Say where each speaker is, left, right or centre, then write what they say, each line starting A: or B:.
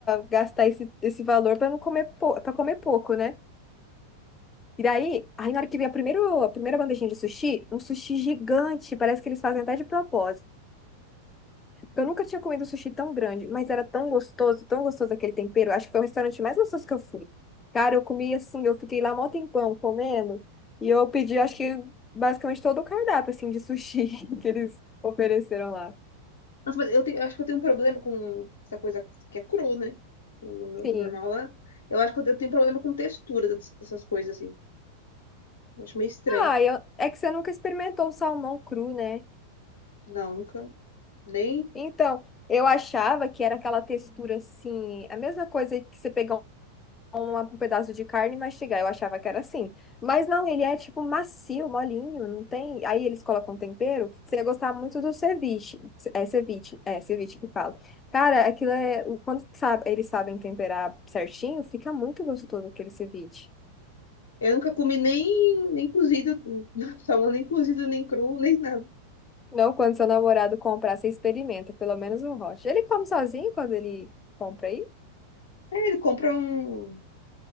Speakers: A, on the left; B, on the left.
A: gastar esse, esse valor para não comer para comer pouco, né? E daí, aí na hora que vem a primeira, a primeira bandejinha de sushi, um sushi gigante, parece que eles fazem até de propósito. Eu nunca tinha comido um sushi tão grande, mas era tão gostoso, tão gostoso aquele tempero. Acho que foi o restaurante mais gostoso que eu fui. Cara, eu comi assim, eu fiquei lá mó tempão comendo, e eu pedi, acho que basicamente todo o cardápio assim de sushi <laughs> que eles ofereceram lá.
B: Nossa, mas eu, tenho- eu acho que eu tenho um problema com essa coisa que é cru, né? O, no-
A: Sim.
B: o normal lá. Eu acho que eu tenho eu tenho problema com textura das- dessas coisas, assim. Eu acho meio estranho.
A: Ah, eu- é que você nunca experimentou o salmão cru, né?
B: Não, nunca. Nem.
A: Então, eu achava que era aquela textura assim, a mesma coisa que você pegar um, um pedaço de carne e mastigar. Eu achava que era assim. Mas não, ele é tipo macio, molinho, não tem. Aí eles colocam tempero. Você ia gostar muito do ceviche. É ceviche, é ceviche que fala. Cara, aquilo é. Quando sabe, eles sabem temperar certinho, fica muito gostoso aquele ceviche.
B: Eu nunca comi nem, nem cozido, <laughs> salmão nem cozido, nem cru, nem nada.
A: Não, quando seu namorado comprar, você experimenta, pelo menos um rocha. Ele come sozinho quando ele compra aí?
B: É, ele compra um.